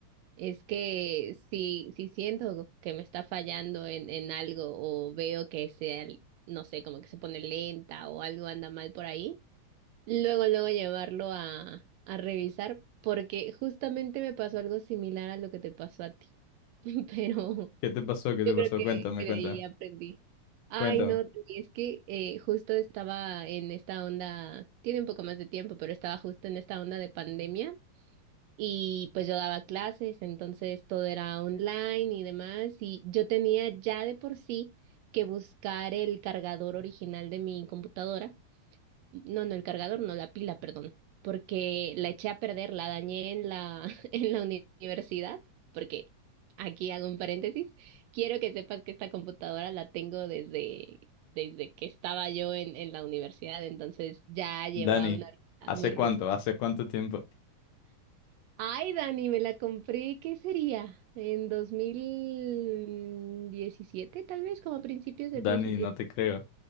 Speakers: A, on the right; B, on the left.
A: Es que si, si siento que me está fallando en, en algo o veo que se, no sé, como que se pone lenta o algo anda mal por ahí, luego, luego llevarlo a, a revisar porque justamente me pasó algo similar a lo que te pasó a ti. <laughs> Pero
B: ¿Qué te pasó? ¿Qué te
A: yo creo
B: pasó?
A: que,
B: Cuéntame,
A: que
B: cuéntame.
A: de ahí aprendí. Ay,
B: Cuéntame.
A: no, Dani, es que eh, justo estaba en esta onda, tiene un poco más de tiempo, pero estaba justo en esta onda de pandemia y pues yo daba clases, entonces todo era online y demás, y yo tenía ya de por sí que buscar el cargador original de mi computadora, no, no el cargador, no la pila, perdón, porque la eché a perder, la dañé en la, <laughs> en la uni- universidad, porque aquí hago un paréntesis, quiero que sepas que esta computadora la tengo desde, desde que estaba yo en, en la universidad, entonces ya lleva
B: Dani,
A: una vida
B: ¿hace
A: muy ruda.
B: cuánto? ¿Hace cuánto tiempo?
A: Ay, Dani, me la compré, ¿qué sería? En 2017, tal vez, como a principios del
B: Dani,
A: 17,
B: no te creo.